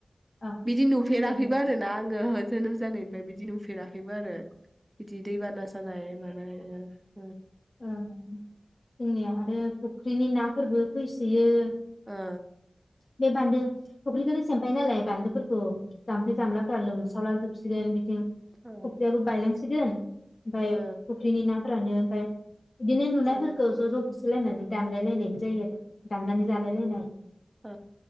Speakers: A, on the left; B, on the right.
A: औ
B: बिदि नुफेराखैबो
A: दे बुं
B: आरोना आं। ओहो जोनोम जानायनिफ्राय बिदि नुफेराखैबो आरो। बिदि दै बाना सानाय मानाय। <unintelligible>
A: औ जोंनिया आरो फुख्रिनि नाफोरखौ। फैसोयो।
B: ओ
A: बे बान्दो फुख्रिखौनो सेमफायो नालाय बान्दोफोर खौ जाम्फै जामलाफ्रा लोमसावला जोबसिगोन बिथिं
B: ओ
A: फुख्रियाबो बायलांसिगोन। ओमफाय
B: ओ
A: फख्रिनि ना। फोरानो ओमफाय। इदिनो नुनायफोरखौ
B: ओ
A: ज ज होसोलायनानै दानलायलायनायबो जायो आरो। दाननानै जालायलायनाय।
B: ओ